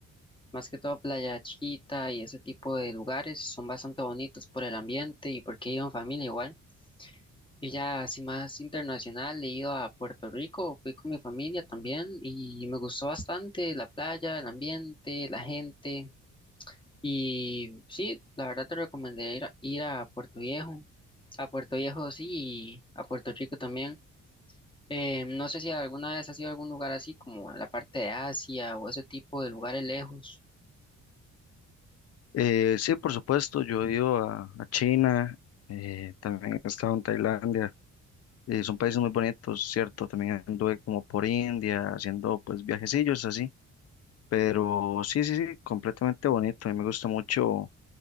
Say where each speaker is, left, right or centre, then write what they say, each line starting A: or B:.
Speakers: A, on the left; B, on the left.
A: más que todo Playa Chiquita y ese tipo de lugares son bastante bonitos por el ambiente y porque he ido en familia igual. Y ya así más internacional he ido a Puerto Rico, fui con mi familia también y me gustó bastante la playa, el ambiente, la gente y sí, la verdad te recomendaría ir a, ir a Puerto Viejo, a Puerto Viejo sí y a Puerto Rico también. Eh, no sé si alguna vez has ido a algún lugar así como a la parte de Asia o ese tipo de lugares lejos.
B: Eh, sí, por supuesto, yo he ido a, a China, eh, también he estado en Tailandia. eh, son países muy bonitos, ¿cierto? También anduve como por India, haciendo pues viajecillos así. Pero sí, sí, sí, completamente bonito. A mí me gusta mucho